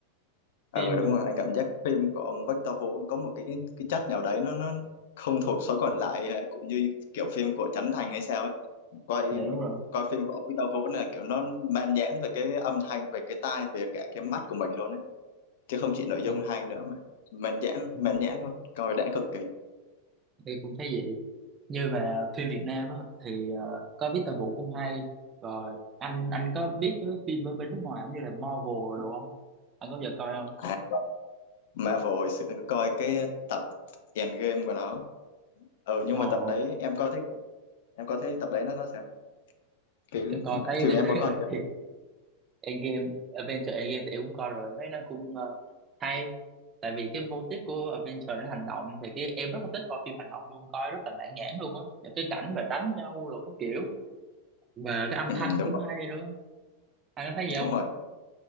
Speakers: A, on the left; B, on the right.
A: ờ
B: phim
A: đúng
B: mà.
A: rồi anh cảm giác phim của ông Victor Vũ có một cái cái chất nào đấy nó nó không thuộc số còn lại ờ, cũng như kiểu phim của Trấn Thành hay sao ấy quay
B: dạ đúng rồi
A: coi phim của ông Victor Vũ là kiểu nó mãn nhãn về cái âm thanh về cái tai về cả cái mắt của mình luôn ấy. chứ không chỉ nội dung
B: thì,
A: hay nữa mà mãn nhãn
B: ừ,
A: mãn nhãn luôn coi đã cực kỳ
B: thì cũng thấy vậy như mà phim Việt Nam á thì ờ, có Victor Vũ cũng hay rồi anh anh có biết cái phim ở bên nước ngoài cũng như là Marvel đồ không anh có bao giờ coi không
A: à Marvel hồi xưa coi cái tập Endgame của nó ừ nhưng
B: trời
A: mà tập đấy
B: ơi,
A: em coi thấy em coi thấy tập đấy nó nó sao cái
B: em coi thấy
A: thì em
B: <laughs>
A: có coi chưa
B: thì Endgame Avengers Endgame thì em cũng coi rồi em thấy nó cũng ờ, hay tại vì cái mô típ của Avengers nó hành động thì cái em rất là thích coi phim hành động luôn coi rất là mãn nhãn luôn á những cái cảnh mà đánh nhau rồi các kiểu và cái âm
A: ừ,
B: thanh
A: đúng
B: cũng
A: rồi
B: hay nữa anh có thấy gì không
A: đúng rồi